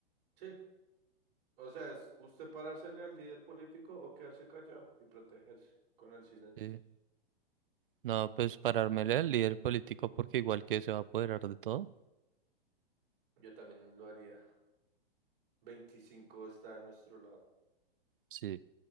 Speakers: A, on the right; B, on the right.
A: Sí. O sea, es usted parársele al líder político o quedarse callado y protegerse con el silencio.
B: Sí. No, pues parármele al líder político porque igual que se va a apoderar de todo.
A: Yo también lo haría. veinticinco está a nuestro lado.
B: Sí.